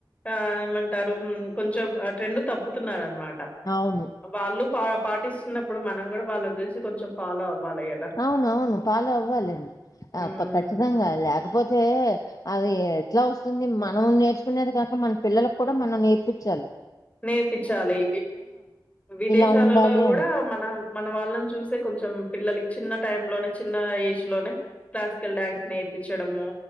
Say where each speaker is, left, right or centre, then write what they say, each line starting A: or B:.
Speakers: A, on the left; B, on the left.
A: ఆ ఏమంటారు కొంచెం ట్రెండ్ తప్పుతున్నరు అనమాట
B: అవును
A: వాళ్ళు ఫ పాటిస్తున్నప్పుడు మనం కూడా వాళ్ళని కలిసి కొంచెం ఫాలో అవ్వాలి కదా
B: అవున అవును ఫాలో అవ్వాలండి
A: హ్మ్.
B: ఖచ్చితంగా లేకపోతే అది ఎట్లా వస్తుంది మనం నేర్చుకునేది కాక మన పిల్లలకు కూడా మనం నేర్పిచాలి
A: నేర్పచాలి విదేశాలలో
B: ఇలా ఉండాలి
A: కూడ
B: అని
A: మన మన వాళ్ళని చూసే కొంచెం పిల్లలకి చిన్న టై లోనే చిన్న ఏజ్ లోనే క్లాసికల్ డ్యాన్స్ నేర్పించడము